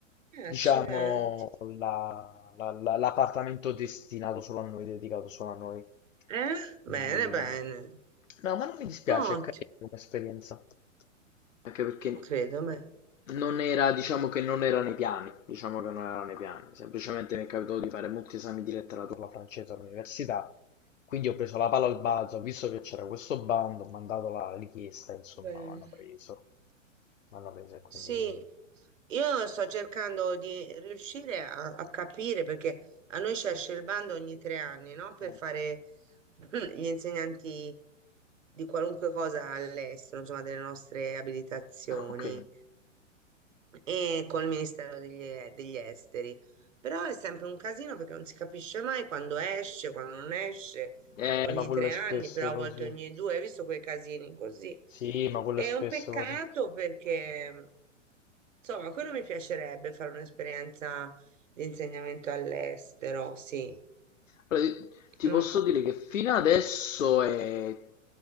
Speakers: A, on the right; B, on the left.
A: Eh,
B: diciamo,
A: accidenti.
B: la- la- la- l'appartamento destinato solo a noi, dedicato solo a noi.
A: Eh?
B: Quindi-
A: Bene, bene.
B: No, ma non mi dispiace,
A: Ottimo,
B: è carina come esperienza. Anche perché
A: credo, beh.
B: non era, diciamo che non era nei piani, diciamo che non era nei piani. Semplicemente mi è capitato di fare molti esami di letteratura francese all'università quindi ho preso la palla al balzo, ho visto che c'era questo bando, ho mandato la richiesta, insomma,
A: Bene.
B: mi hanno preso. Mi hanno preso e quindi...
A: Sì, io sto cercando di riuscire a, a capire perché a noi ci esce il bando ogni tre anni, no? Per
B: eh.
A: fare <clears throat> gli insegnanti di qualunque cosa all'estero, insomma, delle nostre abilitazioni.
B: Ah, ok.
A: e col Ministero degli, E- degli Esteri. Però è sempre un casino perché non si capisce mai quando esce, quando non esce,
B: Eh,
A: ogni
B: ma quello
A: tre
B: è spesso
A: anni, però
B: così.
A: a volte ogni due, hai visto quei casini così.
B: Sì, ma quello
A: È
B: è spesso
A: un peccato
B: così.
A: perché, insomma, quello mi piacerebbe fare un'esperienza di insegnamento all'estero, sì.
B: Allora, ti ti
A: Mm.
B: posso dire che fino adesso è,